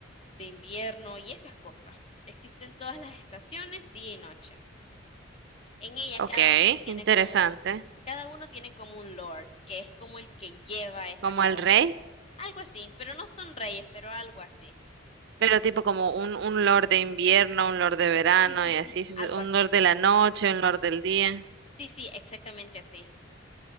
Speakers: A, on the left; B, on the right.
A: de invierno y esas cosas. Existen todas las estaciones, día y noche. En ella
B: Ok,
A: cada uno tiene
B: interesante.
A: como, cada uno tiene como un lord, que es como el que lleva esa
B: Como
A: corte.
B: el rey,
A: Algo así, pero no son reyes, pero algo así.
B: pero tipo como un, un lord de invierno, un lord de verano
A: Sí, sí,
B: y
A: sí.
B: así,
A: Algo
B: un
A: así.
B: lord de la noche, un lord del día.
A: Sí, sí, exactamente así.